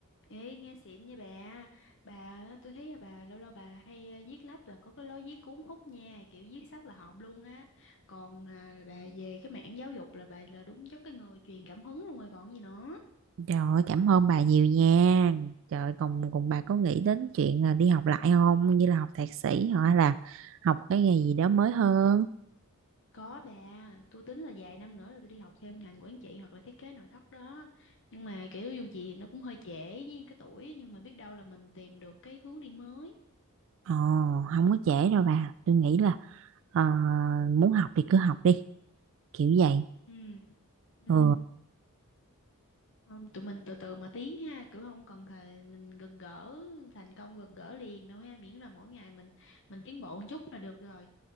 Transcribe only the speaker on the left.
ê, nghe xịn nha bà. Bà, tôi thấy là bà lâu lâu bà hay ờ, viết lách là có cái lối viết cuốn hút nha, kiểu viết sách là hợp luôn á. Còn à, là bà về cái mảng giáo dục là bà là đúng chất cái người truyền cảm hứng luôn rồi còn gì nữa.
Có bà, tôi tính là vài năm nữa là tôi đi học thêm ngành quản trị hoặc là thiết kế nội thất đó. Nhưng mà kiểu dù gì nó cũng hơi trễ với cái tuổi nhưng mà biết đâu là mình tìm được cái hướng đi mới.
ừ ừ
không tụi mình từ từ mà tiến ha kiểu không cần thề mình gật gỡ thành công gật gỡ liền đâu ha miễn là mỗi ngày mình mình tiến bộ một chút là được rồi